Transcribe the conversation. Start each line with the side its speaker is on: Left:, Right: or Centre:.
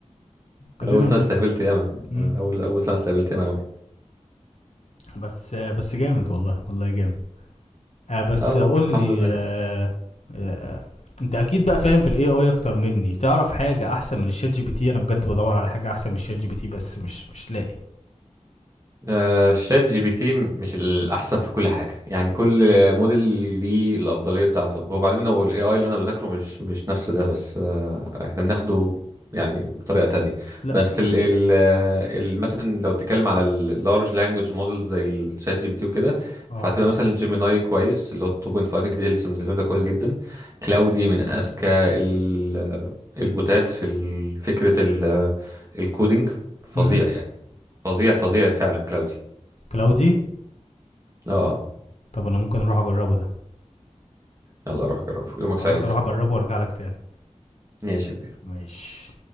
Left: كلنا
Right: اول سنه
Left: بنت
Right: استهبلت ياما
Left: مم.
Right: اول اول سنه استهبلت ياما قوي
Left: بس آه، بس جامد والله والله جامد آه بس
Right: اهو
Left: قول
Right: الحمد
Left: لي
Right: لله
Left: آه آه انت اكيد بقى فاهم في الاي اي اكتر مني تعرف حاجه احسن من الشات جي بي تي انا بجد بدور على حاجه احسن من الشات جي بي تي بس مش مش لاقي
Right: آه، شات جي بي تي مش الاحسن في كل حاجه يعني كل موديل ليه الافضليه بتاعته وبعدين هو الاي اي اللي انا بذاكره مش مش نفس ده بس آه، احنا بناخده يعني بطريقه تانية
Left: لا
Right: بس ال ال آه، ال- مثلا لو بتتكلم على اللارج لانجوج موديل زي الشات جي بي تي وكده
Left: اه
Right: فهتبقى مثلا جيميناي كويس اللي هو 2.5 الجديد اللي لسه منزلينه ده كويس جدا كلاودي من اذكى ال- آه، البوتات في ال- فكره ال- آه، الكودينج فظيع
Left: امم
Right: يعني فظيع فظيع فعلا كلاودي
Left: كلاودي
Right: اه
Left: طب انا ممكن اروح اجربه ده
Right: يلا روح جربه يومك
Left: خلاص
Right: سعيد
Left: اروح اجربه وارجع لك تاني
Right: ماشي يا كبير
Left: ماشي